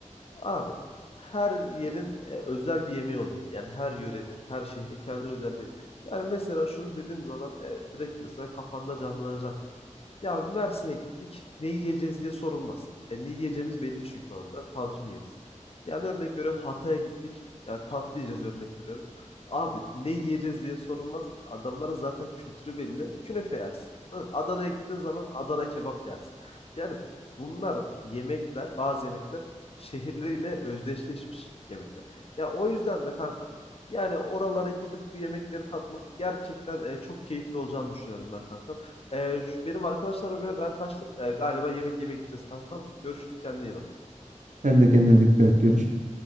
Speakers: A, on the left; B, on the right.
A: Abi her yerin e, özel bir yemeği oluyor. Yani her yörenin, her şehrin kendine özel bir yemeği. Yani mesela şunu dediğim zaman e, direkt mesela kafanda canlanacaktır. Ya Mersin'e gittik, ne yiyeceğiz diye sorulmaz. E, ne yiyeceğimiz belli çünkü orada. Tantuni yeriz. Yani örnek veriyorum Hatay'a gittik. Yani tatlı yiyeceğiz örnek veriyorum. Abi ne yiyeceğiz diye sorulmaz. Adamların zaten kültürü belli. Künefe yersin. Hı, Adana'ya gittiğin zaman Adana kebap yersin. Yani bunlar yemekler, bazı yemekler şehirleriyle özdeşleşmiş yemekler. Ya o yüzden de kanka yani oralara gidip bu yemekleri tatmak gerçekten e, çok keyifli olacağını düşünüyorum ben kankam. E, şu- benim arkadaşlar arıyor ben kaçtım. E, galiba yemek yemeye gideceğiz kankam. Görüşürüz kendine iyi bak.
B: Sen de kendine dikkat et. Görüşürüz.